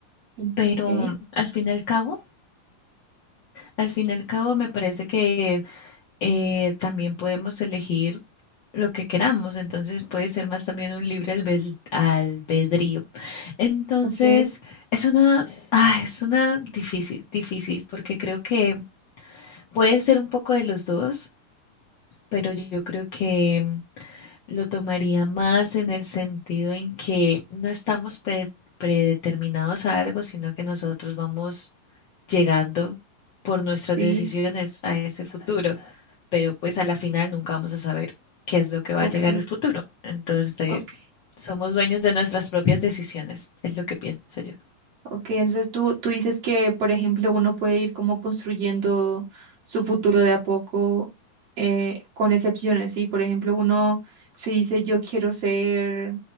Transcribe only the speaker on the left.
Pero
al fin y al cabo, al fin y al cabo me parece que eh, también podemos elegir lo que queramos, entonces puede ser más también un libre albed- albedrío. Entonces,
es una, ah, es una difícil, difícil, porque creo que puede ser un poco de los dos, pero yo creo que mm, lo tomaría más en el sentido en que no estamos pre- predeterminados a algo, sino que nosotros vamos llegando por nuestras
decisiones a ese futuro, pero pues a la final nunca vamos a saber qué es lo que va
a llegar el futuro. Entonces,
somos dueños de nuestras propias decisiones, es lo que pienso yo.